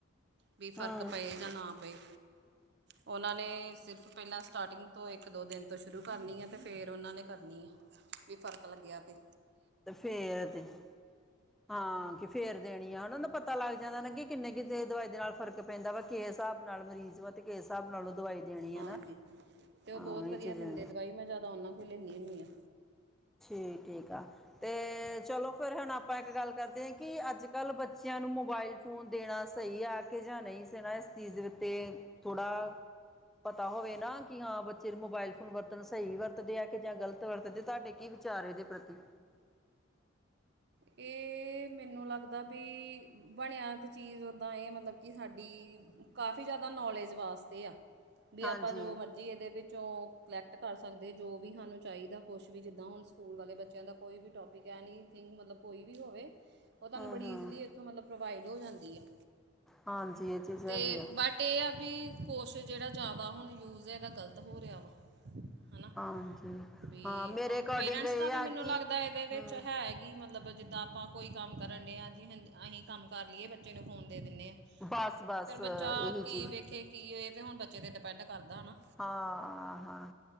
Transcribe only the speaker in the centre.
ਹੂੰ
ਤੇ ਫੇਰ ਤੇ ਹਾਂ ਕਿ ਫੇਰ ਦੇਣੀ ਆ ਹਨ ਨੂੰ ਪਤਾ ਲੱਗ ਜਾਂਦਾ ਨਾ ਕਿ ਕਿੰਨੇ ਕਿਸੇ ਦਵਾਈ ਦੇ ਨਾਲ ਫਰਕ ਪੈਂਦਾ ਵਾ ਕਿਸ ਹਿਸਾਬ ਨਾਲ ਮਰੀਜ਼ ਵਾ ਤੇ ਕਿਸ ਹਿਸਾਬ ਨਾਲ ਉਹ ਦਵਾਈ ਦੇਣੀ
ਆ ਨਾ
ਹਾਂ
ਇਹ ਚੀਜ਼ਾਂ
ਜੀ ਠੀਕ ਆ ਤੇ ਚਲੋ ਫੇਰ ਹੁਣ ਆਪਾਂ ਇੱਕ ਗੱਲ ਕਰਦੇ ਹ। ਕਿ ਅੱਜ ਕੱਲ ਬੱਚਿਆਂ ਨੂੰ ਮੋਬਾਇਲ ਫੋਨ ਦੇਣਾ ਸਹੀ ਆ ਕੇ ਜਾਂ ਨਹੀਂ। ਸਣਾ ਇਸ ਚੀਜ਼ ਦੇ ਉਤੇ ਥੋੜਾ ਪਤਾ ਹੋਵੇ ਨਾ ਕਿ ਹਾਂ ਬੱਚੇ ਮੋਬਾਇਲ ਫੋਨ ਵਰਤਣ ਸਹੀ ਵਰਤਦੇ ਆ ਕੇ ਜਾਂ ਗ਼ਲਤ ਵਰਤਦੇ ਤੁਹਾਡੇ ਕੀ ਵਿਚਾਰ ਇਹਦੇ ਪ੍ਰਤੀ
ਹਾਂਜੀ
ਹੂੰ
ਹੂੰ
ਹਾਂਜੀ ਇਹ ਚੀਜ਼ ਹੈਗੀ
ਆ
ਹਾਂ,
ਮੇਰੇ
ਅਕੋਰਡਿੰਗ
ਇਹ
ਆ
ਕਿ
ਹਮ
ਬਸ ਬਸ
ਇਹੀ
ਚੀਜ਼
ਹਾਂ ਹਾਂ